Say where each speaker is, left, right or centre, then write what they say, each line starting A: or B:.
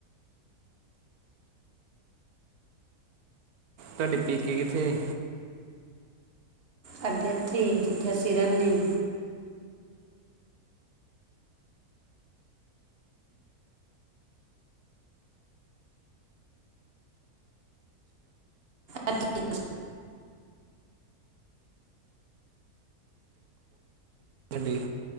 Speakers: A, on the right; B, on the right.
A: ਤੁਹਾਡੇ ਪੇਕੇ ਕਿੱਥੇ?
B: ਏਤੇ ਇਥੇ ਹੀ ਏ ਜਿੱਥੇ ਅਸੀਂ ਰਹਿਨੇ ਆ। ਇਥੇ ਹੀ ਆ।
A: ਸਾਡੀ